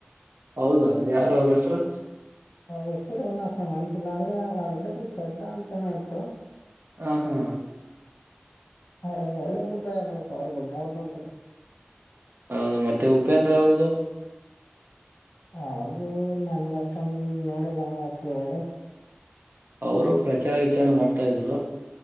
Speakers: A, on the right (about 60°); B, on the left (about 60°).
A: ಹೌದಾ ಯಾರು ಅವ್ರ ಹೆಸರು
B: ಹೆಸರು ಏನ ಅಷ್ಟ ನನ್ಪಿಲ್ಲ ಆದ್ರೆ ಆ ಅಡ್ಡತ್ರ ಚಡ್ಡ ಅಂತ ಏನಾಯ್ತು
A: ಹ ಹಾ
B: ಅ್ರ ಒಳ್ಳೆ ಅಭಿಪ್ರಾಯ ಪಡಪ ಅವ್ರ ಬಗ್ಗೆ ಅವ್ರ್ದೊಂತರ
A: ಹೌದು ಮತ್ತೆ ಉಪೇಂದ್ರ ಅವ್ರದು
B: ಅವ್ರದುು ನನ್ಗ ಅಷ್ಟೊಂದು ನೋಡಿಲ್ಲ ಆಫಲ್ಳ
A: ಅವರು ಪ್ರಚಾರ ವಿಚಾರ ಮಾಡ್ತಾ ಇದ್ರು